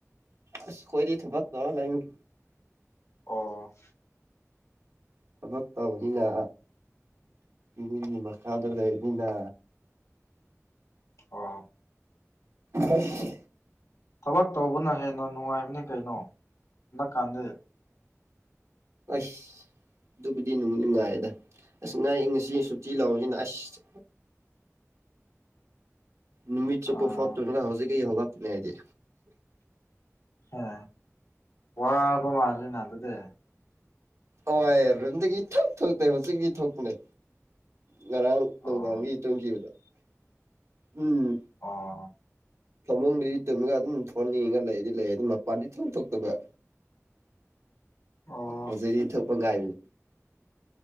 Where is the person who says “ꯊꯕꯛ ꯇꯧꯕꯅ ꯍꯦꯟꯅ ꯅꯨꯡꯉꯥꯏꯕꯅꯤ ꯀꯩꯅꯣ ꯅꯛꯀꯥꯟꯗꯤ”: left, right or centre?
Left